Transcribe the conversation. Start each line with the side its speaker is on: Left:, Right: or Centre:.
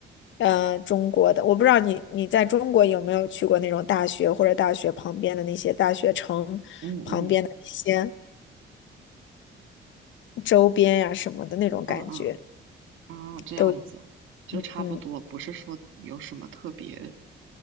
Left: 呃，中国的，我不知道你你在中国有没有去过那种大学或者大学旁边的那些大学城旁边的一些
Right: 嗯嗯
Left: 周边呀、什么的那种感觉，
Right: 嗯嗯，啊这样子就差不多，
Left: 都嗯嗯
Right: 不是说有什么特别